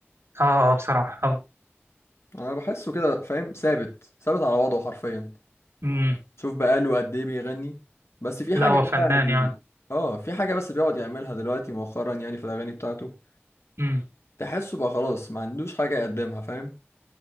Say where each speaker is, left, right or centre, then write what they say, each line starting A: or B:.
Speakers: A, on the right (about 80°); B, on the left (about 80°).
A: اه آه، بصراحه اه
B: انا بحسه كده فاهم ثابت ثابت على وضعه حرفيا
A: امم
B: شوف بقاله قد ايه بيغني بس في
A: لا
B: حاجه
A: هو
B: بقى
A: فنان
B: يعني
A: يعني
B: اه في حاجه بس بيقعد يعملها دلوقتي مؤخرا يعني في الاغاني بتاعته
A: امم
B: تحسه بقى خلاص ما عندوش حاجه يقدمها فاهم